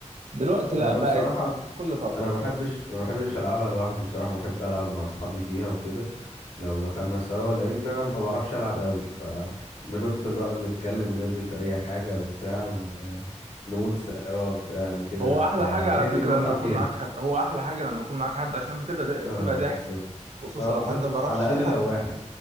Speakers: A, on the right; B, on the left.
A: دلوقتي
B: انا
A: لا بقت
B: بصراحة
A: كل فترة
B: انا بحبش ما بحبش العبها لوحدي بصراحة بحب العب مع اصحابي فيها وكده لو دخلنا سوا لان انا ما بعرفش العب قوي فبندخل نقعد نتكلم ونرغي في اي حاجة وبتاع ونموت سوا وبتاع يعني كده
A: هو
B: فهي
A: احلى حاجة على فكرة
B: دي المتعة
A: لما
B: فيها
A: يكون معاك حد هو احلى حاجة لما يكون معاك حد عشان بتبقى
B: اه
A: بتبقى ضحك
B: بالظبط
A: خصوصا
B: اه
A: لو
B: بالذات
A: حد ما
B: على
A: بيعرفش
B: الاقل
A: يلعب
B: لو واحد